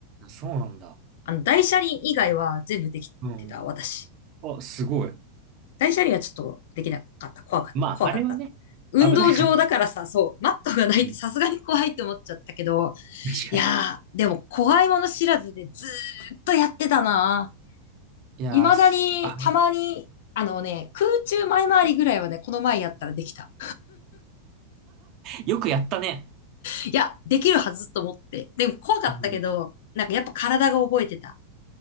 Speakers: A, on the right (about 40°); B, on the left (about 55°).
A: そうなんだ。
B: あの、大車輪以外は全部できてた、
A: うん。
B: 私。
A: あ、すごい。
B: 大車輪はちょっとできなかった。怖かった。
A: まあ、
B: 怖かった。
A: あれはね、
B: 運動場だからさ、
A: 危ないからね。
B: そう、マットがないとさすがに怖いって思っちゃったけど、
A: うん。確かに。
B: いやー、でも怖いもの知らずでずーっとやってたな。
A: いやー、
B: 未だに、
A: す、あ、
B: たまに、あのね、空中前回りぐらいはね、この前やったらできた。
A: よくやったね。
B: いや、できるはずと思って。でも怖かったけど、
A: うん。
B: なんかやっぱ体が覚えてた。